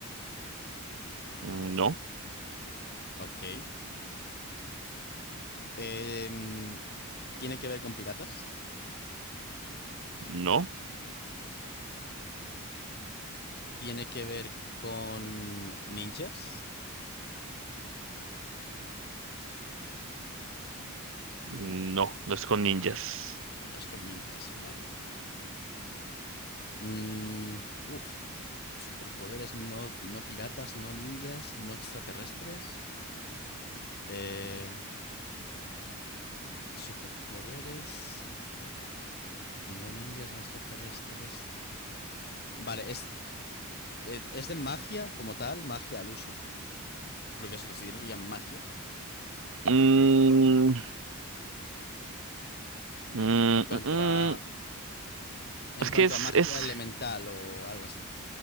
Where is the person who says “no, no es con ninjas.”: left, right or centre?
Right